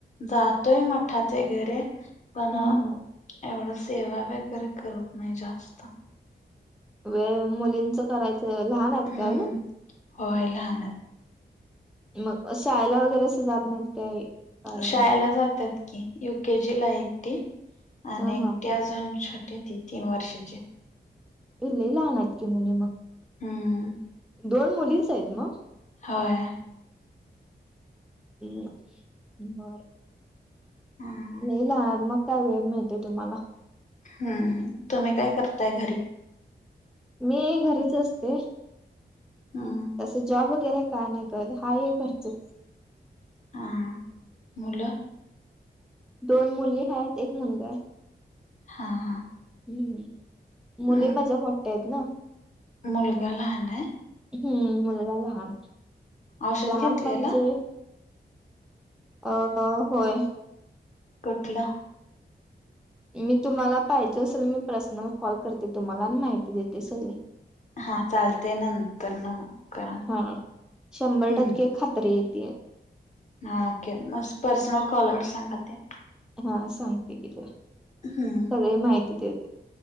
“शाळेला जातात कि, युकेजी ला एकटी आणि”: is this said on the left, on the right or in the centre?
Left